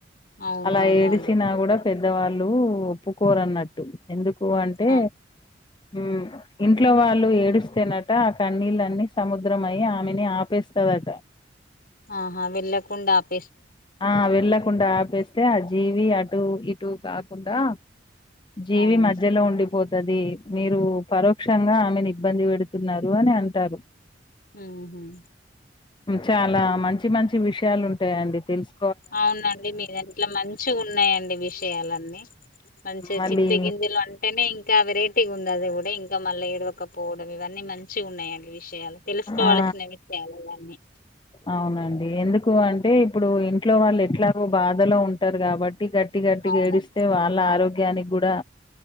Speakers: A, on the left; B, on the left.
A: అవునవును
B: అలా ఏడిసిన
A: అండి చూసిన
B: కూడా పెద్ద ద్దవాళ్ళు ఒప్పుకోరన్నట్టు ఎందుకు అంటే
A: ఆ,
B: ఊ ఇంట్లో వాళ్ళు ఏడుస్తేనట ఆ కన్నీళ్లన్నీ సముద్రం అయి ఆమెని ఆపేస్తదట
A: ఆహా వెళ్లకుండా ఆప్
B: ఆ వెళ్ళకుండా ఆపేస్తే ఆ జీవి అటు ఇటు కాకుండా జీవి
A: అవును
B: మధ్యలో ఉండిపోత్ అది మీరు పరోక్షంగా ఆమెను ఇబ్బంది పెడుతున్నారు అని అంటారు
A: ఉంహుం
B: చాలా మంచి మంచి విషయాలు ఉంటాయండి తెలుస్
A: అవునండి మీది ఇంట్ల మంచి ఉన్నయండి విషయాలన్నీ మంచిగ
B: మళ్ళీ
A: చింత గిందిలో అంటేనే ఇంకా వెరైటీగా ఉందది కూడా ఇంకా మళ్ళీ ఏడవకపోవడం ఇవన్నీ మంచిగ ఉన్నాయండి విష్ యాలు తెలుసుకోవాల్సిన
B: ఆ
A: విషయాలే అన్ని
B: అవునండి ఎందుకు అంటే ఇప్పుడు ఇంట్లో వాళ్ళు ఎట్లా బాధలో ఉంటారు కాబట్టి గట్టి గట్టిగా
A: అవునండి
B: ఏడిస్తే వాళ్ళ ఆరోగ్యానికి కూడా